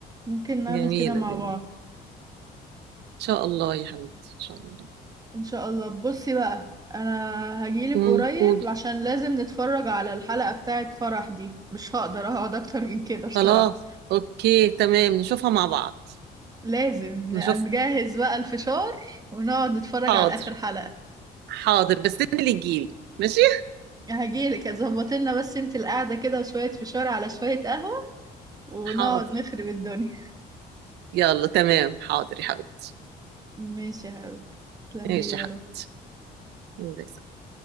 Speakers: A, on the right; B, on the right.
A: ممكن نعمل
B: جميله
A: كده مع
B: جميله
A: بعض
B: ان شاء الله يا حبيبتي ان شاء الله
A: ان شاء الله بصي بقى انا هجيلك
B: امم
A: قريب
B: قولي
A: عشان لازم نتفرج على الحلقة بتاعة فرح دي مش هقدر اقعد اكتر من كده بصراحة
B: خلاص اوكي تمام نشوفها مع بعض
A: لازم
B: نشوف
A: نجهز بقى الفشار ونقعد نتفرج
B: حاضر
A: على اخر حلقة
B: حاضر بس انت اللي تجيلي ماشي
A: هجيلك ظبط لنا بس انت القعدة كده وشوية فشار على شوية قهوة ونقعد
B: حاضر
A: نخرب الدنيا
B: يلا تمام حاضر يا حبيبتي
A: <laughs> ماشي يا حبيبي تسلميلي
B: ماشي
A: يا
B: يا حبيبتي
A: رب
B: الله يسلمك.